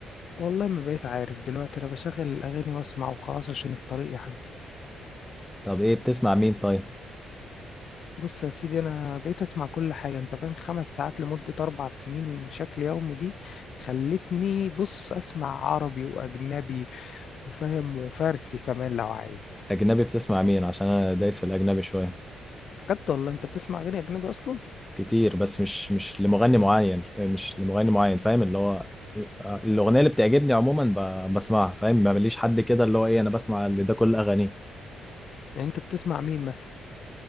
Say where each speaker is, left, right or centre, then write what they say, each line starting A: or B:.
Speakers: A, on the left (about 60°); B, in the centre.
A: والله ما بقيت عارف دلوقتي انا بشغل الاغاني واسمع وخلاص عشان الطريق يعدي
B: طب إيه بتسمع مين طيب
A: بص يا سيدي انا بقيت اسمع كل حاجه انت فاهم خمس ساعات لمده اربع سنين بشكل يومي دي خلتني بص اسمع عربي واجنبي وفاهم وفارسي كمان لو عايز
B: أجنبي بتسمع مين عشان أنا دايس في الأجنبي شوية
A: بجد والله انت بتسمع اغاني اجنبي اصلا
B: كتير بس مش مش لمغني معين مش لمغني معين فاهم اللي هو آه، الاغنيه اللي بتعجبني عموما ب- بسمعها فاهم ما ماليش حد كده اللي هو ايه انا بسمع اللي ده كل اغانيه
A: يعني انت بتسمع مين مثلا